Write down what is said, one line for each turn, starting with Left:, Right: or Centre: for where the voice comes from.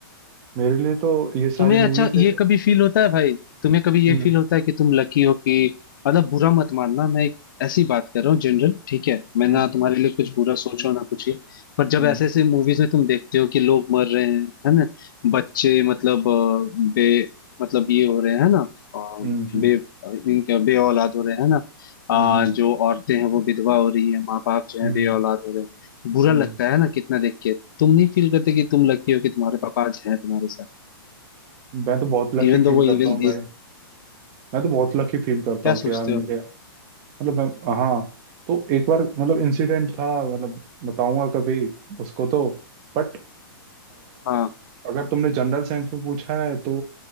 Right: मेरे लिए तो ये सारी
Left: तुम्हें अच्छा
Right: मूवीज
Left: ये
Right: एक
Left: कभी फील होता है भाई तुम्हें कभी
Right: हम्म
Left: ये फील होता है कि तुम लकी हो कि मतलब बुरा मत मानना मैं एक ऐसी बात कर रहा हूँ जनरल ठीक है मैं ना
Right: हम्म
Left: तुम्हारे लिए कुछ बुरा सोच रहा हूँ ना कुछ ये पर जब
Right: हम्म
Left: ऐसे ऐसे मूवीज में तुम देखते हो कि लोग मर रहे हैं है ना बच्चे मतलब अ, बे मतलब ये हो रहे हैं है ना अ,
Right: हम्म हम्म हम्म
Left: बे इनके बे औलाद हो रहे हैं है ना
Right: हम्म
Left: आ,
Right: हम्म हम्म।
Left: जो औरतें हैं वो विधवा हो रही हैं माँ बाप जो
Right: हम्म,
Left: है बे औलाद हो रहे हैं बुरा
Right: हम्म,
Left: लगता है ना कितना देख के तुम नहीं फील करते कि तुम लकी हो कि तुम्हारे पापा आज हैं तुम्हारे साथ
Right: हम्म। मैं तो बहुत लकी
Left: इवन दो
Right: फील
Left: वो
Right: करता
Left: इविल
Right: हूँ भाई मैं तो बहुत लकी फील करता
Left: क्या
Right: हूँ
Left: सोचते
Right: कि यार मेरे
Left: हो
Right: मतलब हम- हाँ तो एक बार मतलब इंसिडेंट था मतलब बताऊंगा कभी उसको तो बट
Left: हाँ
Right: अगर तुमने जनरल साइंस में पूछा है तो